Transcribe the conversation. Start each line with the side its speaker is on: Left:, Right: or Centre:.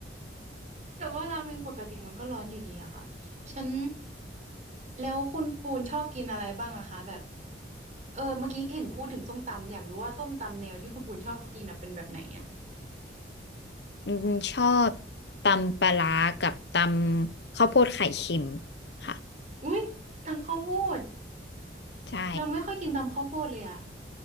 Right: แต่ว่าราเมงปกติมันก็ร้อนอยู่ดีอะค่ะฉันแล้วคุณปูนชอบกินอะไรบ้างอะคะแบบเออเมื่อกี้เห็นพูดถึงส้มตำอยากรู้ว่าส้มตำแนวที่คุณปูนชอบกินอะเป็นแบบไหนอะ
Left: อืมชอบตำปลาร้ากับตำข้าวโพดไข่เค็มค่ะ
Right: อุ้ยตำข้าวโพด
Left: ใช่
Right: เราไม่ค่อยกินตำข้าวโพดเลยอะ